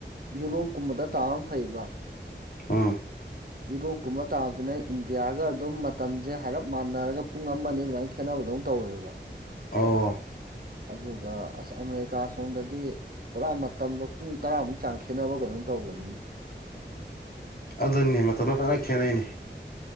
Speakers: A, on the right; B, on the left.
A: ꯌꯨꯔꯣꯞꯀꯨꯝꯕꯗ ꯇꯥ ꯑꯃ ꯐꯩꯕꯥ
B: ꯎꯃ
A: ꯌꯨꯔꯣꯞꯀꯨꯝꯕ ꯇꯥꯕꯗꯨꯅ ꯏꯟꯗꯤꯌꯥꯒ ꯑꯗꯨꯝ ꯃꯇꯝꯁꯦ ꯍꯥꯏꯔꯞ ꯃꯥꯟꯅꯔꯒ ꯄꯨꯡ ꯑꯃ ꯑꯅꯤ ꯑꯗꯨꯃꯥꯏꯅ ꯈꯦꯠꯅꯕꯗꯧ ꯇꯧꯋꯦꯕ
B: ꯑꯣ
A: ꯑꯗꯨꯒ ꯑꯁ ꯑꯃꯦꯔꯤꯀꯥ ꯁꯣꯝꯗꯗꯤ ꯄꯨꯔꯥ ꯃꯇꯝꯗꯣ ꯄꯨꯡ ꯇꯔꯥꯃꯨꯛ ꯆꯥꯡ ꯈꯦꯠꯅꯕ ꯀꯩꯅꯣꯝ ꯇꯧꯕꯅꯤꯅꯦ
B: ꯑꯗꯨꯅꯤ ꯃꯇꯝꯗ ꯐꯖꯅ ꯈꯦꯠꯅꯩꯅꯦ